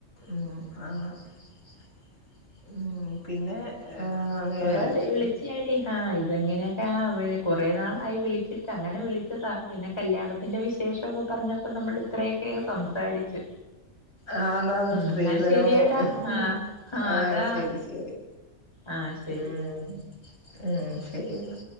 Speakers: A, on the left; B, on the left.
A: ഉം ആണ് ഉം പിന്നെ
B: ഉം
A: ആഹ് വേറെ
B: വെറുതെ വിളിച്ചാടി ആഹ ഇതെങ്ങനെയൊക്കെ ആ കൊറെ നാളായി വിളിച്ചിട്ട് അങ്ങനെ വിളിച്ചതാ പിന്നെ കല്യാണത്തിന്റെ വിശേഷമൊക്കെ പറഞ്ഞപ്പോ നമ്മൾ ഇത്രയൊക്കെ സംസാരിച്ചു
A: ആഎന്ന
B: ഉം
A: സ്ത്രീധനവും
B: എന്നാ ശരിയടാ ആ ആ
A: ആഹ
B: അതാ
A: ശരി ശരി
B: ആ ശരി
A: ഉം ഉം ശെരിന്നാ